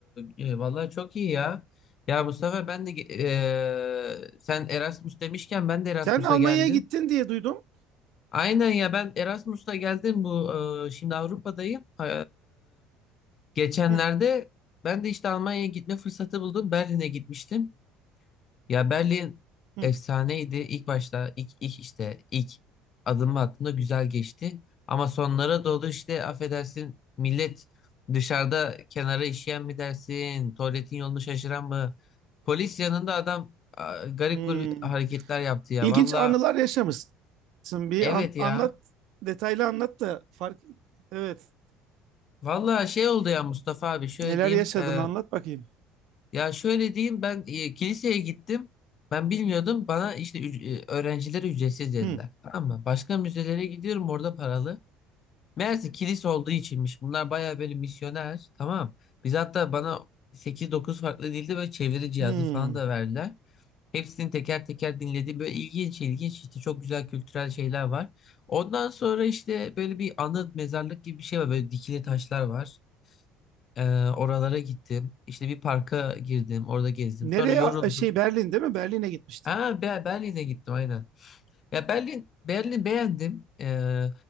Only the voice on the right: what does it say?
Sen Almanya'ya
gittin diye duydum.
Hı,
hı,
hı.
İlginç
anılar yaşamışsın. Bir
an-
anlat, detaylı anlat da fark. Evet.
Neler
yaşadın
anlat bakayım.
Hmm.
Hmm.
Nereye?
a- Şey Berlin değil mi? Berlin'e gitmiştin.